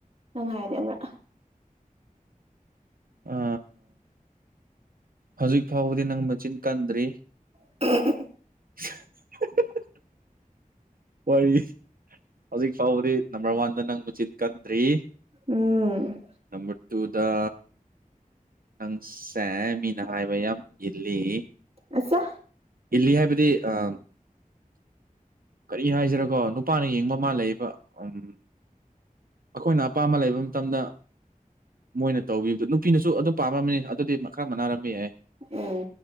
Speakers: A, on the right; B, on the right.
A: ꯅꯪ ꯍꯥꯏꯅꯦ ꯑꯃ꯭ꯔꯥ
B: ꯑ ꯍꯧꯖꯤꯛ ꯐꯥꯎꯕꯗꯤ ꯅꯪ ꯃꯆꯤꯟ ꯀꯟꯗ꯭ꯔꯤ꯫
A: <unintelligible>
B: <unintelligible> ꯋꯥꯔꯤ ꯍꯧꯖꯤꯛ ꯐꯥꯎꯕꯗꯤ ꯅꯝꯕꯔ ꯋꯥꯟꯗ ꯅꯪ ꯃꯆꯤꯟ ꯀꯟꯗ꯭ꯔꯤ꯫
A: ꯎꯝ
B: ꯅꯝꯕꯔ ꯇꯨ ꯗꯥ ꯅꯪꯁꯦ ꯃꯤꯅ ꯍꯥꯏꯕ ꯌꯥꯝ ꯏꯜꯂꯤ
A: ꯑꯆꯥ
B: ꯏꯜꯂꯤ ꯍꯥꯏꯕꯗꯤ ꯑꯥ ꯀꯔꯤ ꯍꯥꯏꯁꯤꯔꯒꯣ ꯅꯨꯄꯥꯅ ꯌꯦꯡꯕ ꯃꯥ ꯂꯩꯕ ꯎꯝ ꯑꯩꯈꯣꯏꯅ ꯑꯄꯥꯝꯕ ꯂꯩꯕ ꯃꯇꯝꯗꯥ ꯃꯣꯏꯅ ꯇꯧꯒꯤꯕꯗꯨ ꯅꯨꯄꯤꯅꯁꯨ ꯑꯗꯨꯝ ꯄꯥꯝꯂꯝꯝꯃꯤꯅꯤ ꯑꯗꯨꯗꯤ ꯈꯔ ꯃꯅꯥꯔꯝꯕ ꯌꯥꯏ
A: ꯎꯝ